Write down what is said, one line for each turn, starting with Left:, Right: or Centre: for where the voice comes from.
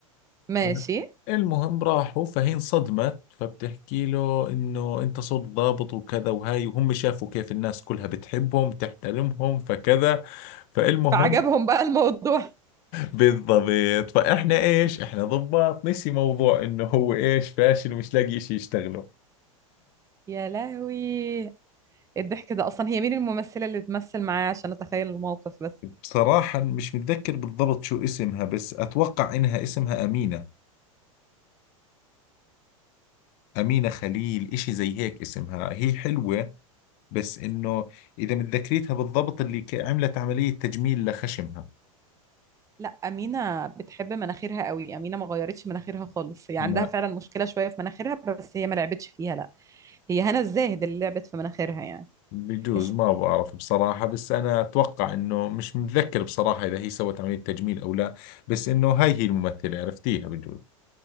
Right: ماشي
Left: طيب. المهم راحوا فهي انصدمت فبتحكي له انه انت صرت ضابط وكذا وهاي وهم شافوا كيف الناس كلها بتحبهم تحترمهم فكذا فالمهم
Right: فعجبهم بقى الموضوع
Left: بالضبط فاحنا ايش احنا ضباط نسي موضوع انه هو ايش فاشل ومش لاقي شيء يشتغله
Right: <laughs> يا لهوي الضحك ده اصلا هي مين الممثلة اللي بتمثل معاه عشان اتخيل الموقف بس
Left: بصراحة مش متذكر بالضبط شو اسمها بس أتوقع إنها اسمها أمينة أمينة خليل إشي زي هيك اسمها هي حلوة بس إنه إذا متذكريتها بالضبط اللي ك- عملت عملية تجميل لخشمها
Right: لا أمينة بتحب مناخيرها قوي أمينة ما غيرتش مناخيرها خالص هي
Left: ما
Right: عندها فعلا مشكلة شوية في مناخيرها بس هي ما لعبتش فيها لا هي هنا الزاهد اللي لعبت في مناخيرها يعني
Left: بجوز
Right: بس
Left: ما بعرف بصراحة بس أنا أتوقع إنه مش متذكر بصراحة إذا هي سوت عملية تجميل أو لا بس إنه هاي هي الممثلة عرفتيها بجوز